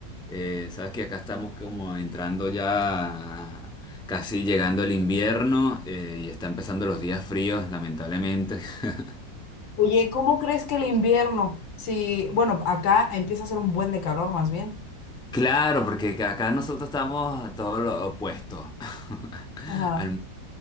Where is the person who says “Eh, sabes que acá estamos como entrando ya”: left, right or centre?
Centre